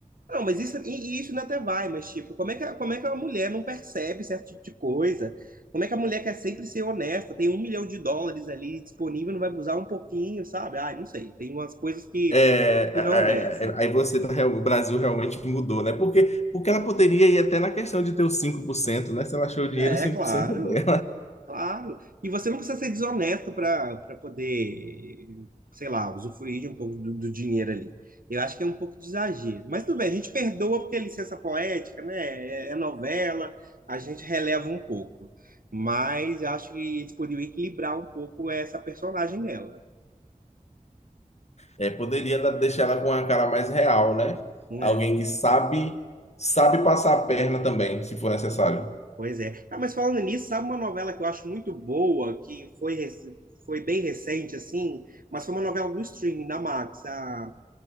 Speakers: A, on the right; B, on the left.
A: Não, mas isso, e e isso ainda até vai, mas tipo, como é que, a- como é que a mulher não percebe certo tipo de coisa? Como é que a mulher quer sempre ser honesta? Tem um milhão de dólares ali disponível, não vai abusar um pouquinho, sabe? Ai, não sei. Tem umas coisas que,
B: É, é,
A: que não descem.
B: é, é, aí você tá, real- o Brasil realmente mudou, né? Porque, porque ela poderia ir até na questão de ter os 5%, né? Se ela achou o dinheiro,
A: É,
B: 5%
A: claro.
B: é
A: Claro. E você não precisa ser desonesto para para poder, sei lá, usufruir de um pouco do, do dinheiro ali. Eu acho que é um pouco de exagero. Mas tudo bem, a gente perdoa porque é licença poética, né? É, é novela, a gente releva um pouco. Mas eu acho que eles poderiam equilibrar um pouco essa personagem dela.
B: É, poderia da- deixar ela com uma cara mais real, né?
A: né?
B: Alguém que sabe sabe passar a perna também, se for necessário.
A: Pois é. Ah, mas falando nisso, sabe uma novela que eu acho muito boa, que foi, rec- foi bem recente, assim, mas foi uma novela do streaming, da Max, a